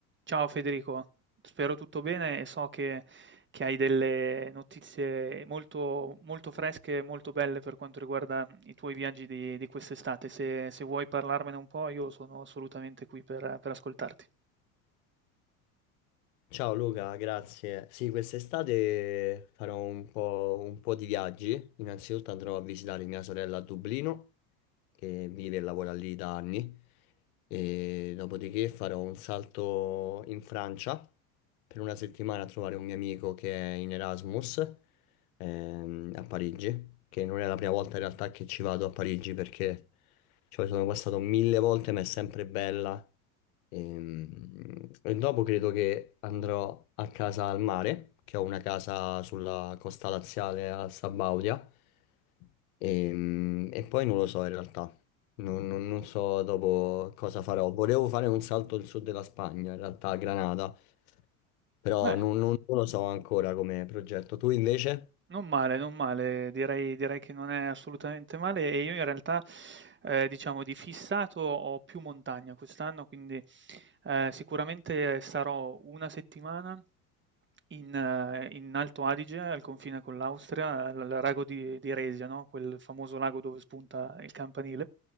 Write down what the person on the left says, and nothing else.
Ciao Luca, grazie. Sì, quest'estate farò un po', un po' di viaggi. Innanzitutto andrò a visitare mia sorella a Dublino, che vive e lavora lì da anni. E dopodiché farò un salto in Francia per una settimana a trovare un mio amico che è in Erasmus, ehm, a Parigi, che non è la prima volta in realtà che ci vado a Parigi perché ci sono passato mille volte, ma è sempre bella Ehm, E, dopo credo che andrò a casa al mare, che ho una casa sulla costa laziale a Sabaudia. Ehm, E, poi non lo so in realtà, non, non- non so dopo cosa farò. Volevo fare un salto al sud della Spagna, in realtà a Granada, però
non, non- non lo so ancora come progetto. Tu invece?